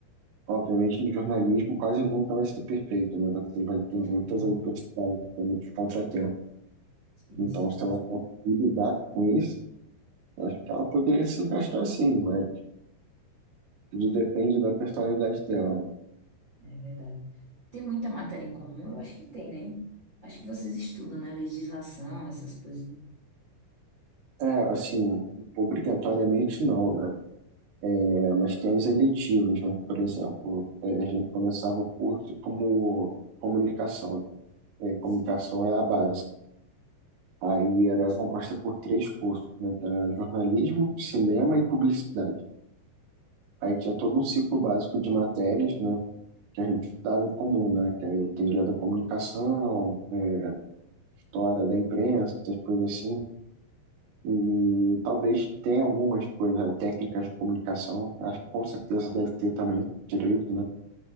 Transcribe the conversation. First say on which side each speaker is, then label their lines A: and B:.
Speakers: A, on the right (about 90°); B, on the right (about 45°).
A: obviamente no jornalismo quase nunca vai ser perfeito, né? Você vai ter muitas
B: Hum,
A: adversidades, né, muitos contratempos.
B: sim,
A: Então,
B: sim.
A: se ela conseguir lidar com isso, eu acho que ela poderia se encaixar assim mas tudo depende da personalidade dela.
B: É verdade. Tem muita matéria em comum? Eu acho que tem, né? Acho que vocês estudam, né? Legislação, essas coisas.
A: É, assim, obrigatoriamente não, né? É, mas tem as eletivas, né? Por exemplo, é, a gente começava o curso como comunicação. né? É, comunicação é a base. Aí era composta por três cursos, né? Que era jornalismo, cinema e publicidade. Aí tinha todo um ciclo básico de matérias, né? Que a gente estudava em comum, né? Que é teoria da comunicação, né, história da imprensa, essas coisas assim. E talvez tenha algumas coisas, né, técnicas de comunicação, acho que com certeza deve ter também direito, né?